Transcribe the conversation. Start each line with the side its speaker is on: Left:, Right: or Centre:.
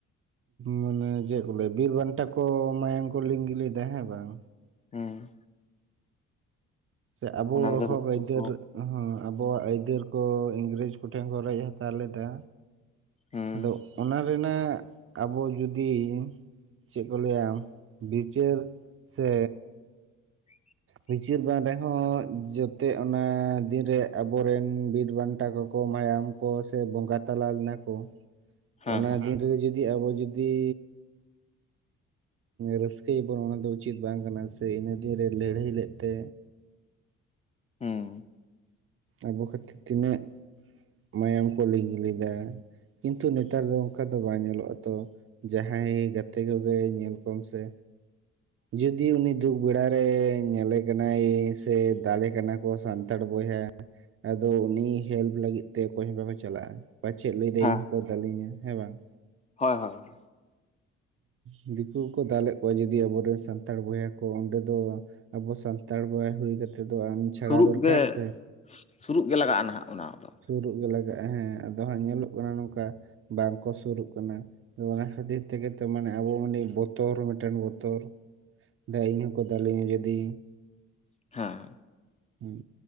Right: ᱢᱟᱱᱮ ᱪᱮᱫ ᱠᱚ ᱞᱟᱭᱟ ᱵᱤᱨ ᱵᱟᱱᱴᱟ ᱠᱚ ᱢᱟᱭᱟᱝ ᱠᱚ ᱞᱤᱝᱜᱤ ᱞᱮᱫᱟ ᱦᱮᱸ ᱵᱟᱝ?
Left: ᱦᱩᱸ
Right: ᱥᱮ ᱟᱵᱚ
Left: ᱚᱱᱟ ᱨᱮᱫᱚ
Right: ᱦᱚᱸᱜ
Left: ᱨᱟᱹᱥᱠᱟᱹ
Right: ᱟᱹᱭᱫᱟᱹᱨ
Left: ᱠᱚ
Right: ᱦᱚᱸ ᱟᱵᱚᱣᱟᱜ ᱟᱹᱭᱫᱟᱹᱨ ᱠᱚ ᱤᱝᱨᱮᱡᱽ ᱠᱚᱴᱷᱮᱱ ᱠᱚ ᱨᱮᱡ ᱦᱟᱛᱟᱣ ᱞᱮᱫᱟ᱾
Left: ᱦᱩᱸ
Right: ᱟᱫᱚ ᱚᱱᱟ ᱨᱮᱱᱟᱜ ᱟᱵᱚ ᱡᱩᱫᱤ ᱪᱮᱫ ᱠᱚ ᱞᱟᱹᱭᱟ ᱵᱤᱪᱟᱹᱨ ᱥᱮ
Left: <inaudible>
Right: ᱵᱤᱪᱟᱹᱨ ᱵᱟᱝ ᱨᱮᱦᱚᱸ ᱡᱟᱛᱮ ᱚᱱᱟ ᱫᱤᱱ ᱨᱮ ᱟᱵᱚᱨᱮᱱ ᱵᱤᱨ ᱵᱟᱱᱴᱟ ᱠᱚ ᱠᱚ ᱢᱟᱭᱟᱢ ᱠᱚ ᱥᱮ ᱵᱚᱸᱜᱟ ᱛᱟᱞᱟ ᱞᱮᱱᱟ ᱠᱚ
Left: ᱦᱮᱸ
Right: ᱚᱱᱟ
Left: ᱦᱮᱸ
Right: ᱫᱤᱱ ᱨᱮ ᱡᱩᱫᱤ ᱟᱵᱚ ᱡᱩᱫᱤ ᱨᱟᱹᱥᱠᱟᱹ ᱭᱟᱵᱚᱱ ᱚᱱᱟ ᱫᱚ ᱩᱪᱤᱛ ᱵᱟᱝ ᱠᱟᱱᱟ ᱥᱮ ᱤᱱᱟᱹ ᱫᱤᱱ ᱨᱮ ᱞᱟᱹᱲ ᱦᱟᱹᱭ ᱞᱮᱫ ᱛᱮ
Left: ᱦᱚᱸ
Right: ᱟᱵᱚ ᱠᱷᱟᱹᱛᱤᱨ ᱛᱤᱱᱟᱹᱜ ᱢᱟᱭᱟᱢ ᱠᱚ ᱞᱤᱜᱤ ᱞᱮᱫᱟ᱾ ᱠᱤᱱᱛᱩ ᱱᱮᱛᱟᱨ ᱫᱚ ᱚᱱᱠᱟ ᱫᱚ ᱵᱟᱝ ᱧᱮᱞᱚᱜᱼᱟ ᱛᱚ ᱡᱟᱦᱟᱸᱭ ᱜᱟᱛᱮ ᱠᱚ ᱜᱮ ᱧᱮᱞ ᱠᱚᱢ ᱥᱮ ᱡᱩᱫᱤ ᱩᱱᱤ ᱫᱩᱠ ᱵᱮᱲᱟᱨᱮ ᱧᱮᱞᱮ ᱠᱟᱱᱟᱭ ᱥᱮ ᱫᱟᱞᱮ ᱠᱟᱱᱟ ᱠᱚ ᱥᱟᱱᱛᱟᱲ ᱵᱚᱭᱦᱟ ᱟᱫᱚ ᱩᱱᱤ ᱦᱮᱞᱯ ᱞᱟᱹᱜᱤᱫ ᱛᱮ ᱚᱠᱚᱭ ᱦᱚᱸ ᱵᱟᱠᱚ ᱪᱟᱞᱟᱜᱼᱟ ᱯᱟᱪᱮᱫ ᱞᱟᱹᱭᱫᱟ
Left: ᱦᱮᱸ
Right: ᱤᱧ ᱦᱚᱸᱠᱚ ᱫᱟᱞᱤᱧᱟ ᱦᱮᱸ ᱵᱟᱝ?
Left: ᱦᱳᱭ ᱦᱳᱭ᱾
Right: ᱩᱸ ᱫᱤᱠᱩ ᱠᱚᱠᱚ ᱫᱟᱞᱮᱫ ᱠᱚᱣᱟ ᱡᱩᱫᱤ ᱟᱵᱚᱨᱤᱱ ᱥᱟᱱᱛᱟᱲ ᱵᱚᱭᱦᱟ ᱠᱚ ᱚᱸᱰᱮ ᱫᱚ ᱟᱵᱚ ᱥᱟᱱᱛᱟᱲ ᱵᱚᱭᱦᱟ ᱦᱩᱭ ᱠᱟᱛᱮ ᱫᱚ ᱟᱢ ᱪᱷᱟᱲᱟ
Left: ᱥᱩᱨᱩᱜ
Right: ᱫᱚᱨᱠᱟᱨ
Left: ᱜᱮ
Right: ᱥᱮ?
Left: ᱥᱩᱨᱩᱜ ᱜᱮ ᱞᱟᱜᱟᱜᱼᱟ ᱱᱟᱸᱦᱟᱜ ᱚᱱᱟ ᱠᱚ ᱫᱚ᱾
Right: ᱥᱩᱨᱩᱜ ᱜᱮ ᱞᱟᱜᱟᱜᱼᱟ ᱦᱮᱸ, ᱟᱫᱚ ᱦᱟᱸᱜ ᱧᱮᱞᱚᱜ ᱠᱟᱱᱟ ᱱᱚᱝᱠᱟ ᱵᱟᱝᱠᱚ ᱥᱩᱨᱩᱜ ᱠᱟᱱᱟ, ᱟᱫᱚ ᱚᱱᱟ ᱠᱷᱟᱹᱛᱤᱨ ᱛᱮᱜᱮ ᱛᱚ ᱢᱟᱱᱮ ᱟᱵᱚ ᱩᱱᱤ ᱵᱚᱛᱚᱨ ᱢᱤᱫᱴᱟᱝ ᱵᱚᱛᱚᱨ ᱡᱟ ᱤᱧ ᱦᱚᱸᱠᱚ ᱫᱟᱞᱤᱧᱟ ᱡᱩᱫᱤ,
Left: ᱦᱟᱸ᱾
Right: ᱦᱩᱸ